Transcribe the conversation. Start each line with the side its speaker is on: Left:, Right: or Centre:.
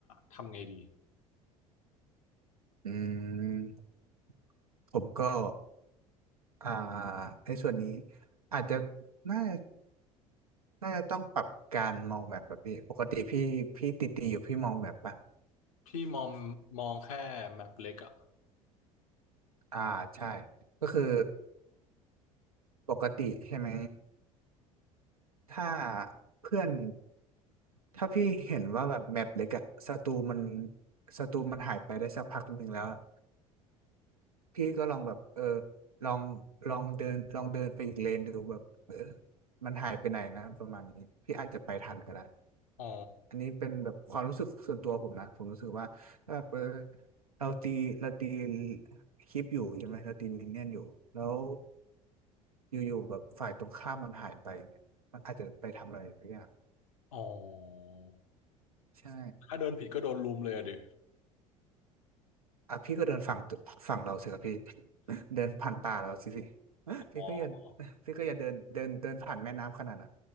Left: ทำไงดี
Right: อืมผมก็อ่าในส่วนนี้อาจจะน่า น่าจะต้องปรับการมองแบบแบบพี่ ปกติพี่พี่ติตีอยู่พี่มองแบบปะ
Left: พี่มองมองแค่แมปเล็กอ่ะ
Right: อ่าใช่ ก็คือปกติใช่ไหมถ้าเพื่อนถ้าพี่เห็นว่าแบบแมปเล็กอะศัตรูมันศัตรูมันหายไปได้สักพักหนึ่งแล้วอะพี่ก็ลองแบบเออลองลองเดินลองเดินไปอีกเลนดูแบบเออมันหายไปไหนนะประมาณนี้ พี่อาจจะไปทันก็ได้
Left: อ๋อ
Right: อันนี้เป็นแบบความรู้สึกส่วนตัวผมนะผมรู้สึกว่าถ้าแบบเออเราตีเราตีคลิปอยู่ใช่ไหมเราตีมินเนี่ยนอยู่แล้วอยู่ๆแบบฝ่ายตรงข้ามมันหายไปเนี่ยมันอาจจะไปทำอะไรสักอย่าง
Left: อ๋อ
Right: ใช่
Left: ถ้าเดินผิดก็โดนลุมเลยอะดิ
Right: อ่ะพี่ก็เดินฝั่งตึกฝั่งเราสิครับพี่ <laughs> เดินผ่านป่าเราสิพี่ <gasps>
Left: อ๋อ
Right: พี่ก็อย่าพี่ก็อย่าเดินเดินเดินผ่านแม่น้ำขนาดนั้น